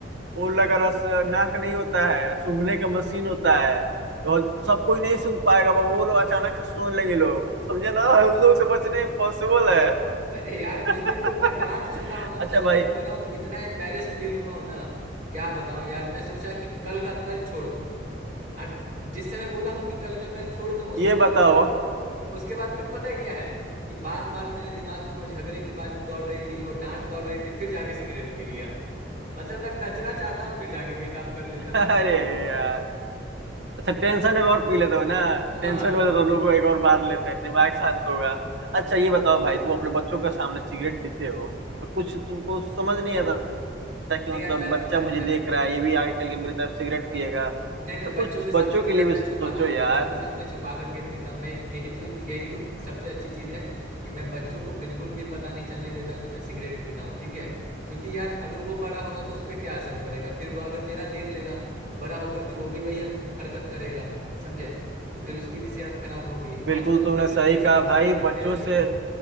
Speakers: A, on the right (about 80°); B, on the right (about 50°).
A: उन लोग का रस नाक नहीं होता है सूंघने का मशीन होता है और सब कोई नहीं सूंघ पाएगा मगर वो लोग अचानक से सूंघ लेंगे लोग समझे ना उन लोग से बचना इम्पॉसिबल है
B: अरे यार
A: <laughs>
B: उस दिन जो मैं डांट सुना हूं ना
A: अच्छा
B: कसम
A: भाई
B: से कह रहा हूँ इतना एम्बेरेस फील हुआ हूं ना क्या बताऊं यार मैं सोचा कि कल का कल छोड़ दूं और जिस समय बोला हूँ कि कल का कल छोड़ दूं उसके
A: ये
B: बाद
A: बताओ
B: फिर उसके बाद फिर पता है क्या है कि बार बार मेरे दिमाग में वो झगड़े की बात दौड़ रही थी जो डांट दौड़ रही थी फिर जाके सिगरेट पी लिया मतलब मैं बचना चाहता हूँ फिर जाके वही काम कर लेता
A: <laughs>
B: हूँ
A: अरे
B: यार
A: यार अच्छा टेंशन एक और पी लेते हो ना
B: <laughs>
A: टेंशन
B: हाँ
A: में तो दोनों को एक और मार लेते हैं दिमाग शांत होगा अच्छा ये बताओ भाई तुम अपने बच्चों के सामने सिगरेट पीते हो तो कुछ तुमको समझ नहीं आता था कि
B: नहीं
A: मतलब
B: यार मैं
A: बच्चा
B: मैं,
A: मुझे
B: मैं
A: देख रहा है ये भी आगे चल के मेरी तरफ सिगरेट पिएगा
B: नहीं नहीं
A: तो कुछ
B: बच्चों के सामने
A: बच्चों
B: तो
A: के
B: यार
A: लिए भी
B: मैं
A: सोचो
B: छुपाता हूँ
A: यार
B: बच्चों के सामने छुपा करके पीता हूँ मैं यही तो यही तो सबसे अच्छी चीज है कि मैं बच्चों को बिल्कुल भी पता नहीं चलने देता कि मैं सिगरेट पीता हूँ ठीक है क्योंकि यार अगर वो बड़ा होगा तो उस पर क्या असर पड़ेगा फिर वो अगर मेरा देख लेगा बड़ा होकर के वो भी वही हरकत करेगा समझे तो फिर उसकी भी सेहत खराब होगी
A: बिल्कुल
B: आजकल
A: तुमने
B: फिर
A: सही
B: बच्चे
A: कहा
B: से लोग
A: भाई
B: सिगरेट पीने
A: बच्चों
B: लगे
A: से
B: हैं